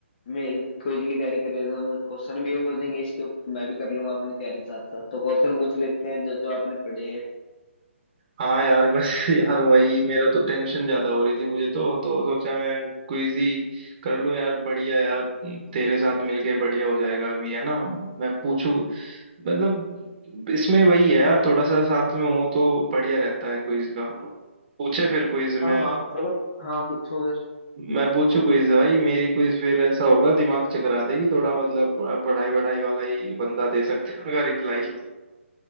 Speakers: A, on the left; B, on the right.
A: मैं क्विज की तैयारी कर रही तो क्वेश्चन भी हो जाएंगे इसके ऊपर मैं भी कर लूंगा अपनी तैयारी के साथ साथ तो क्वेश्चन पूछ लेते हैं जो जो आपने पढ़े हैं
B: हाँ यार बस <laughs> यार वही मेरा तो टेंशन ज्यादा हो रही थी मुझे तो तो सोचा मैं क्विज ही कर लूं यार बढ़िया यार तेरे साथ मिलके बढ़िया हो जाएगा अभी है ना मैं पूछू मतलब इसमें वही है यार थोड़ा सा साथ में हो तो बढ़िया रहता है क्विज का पूछे फिर क्विज मैं
A: हाँ हाँ चलो हाँ पूछो फिर
B: मैं पूछू क्विज भाई मेरी क्विज फिर ऐसा होगा दिमाग चकरा देगी थोड़ा मतलब प- पढ़ाई वढ़ाई वाला ही बंदा दे सकते हैं उनका रिप्लाई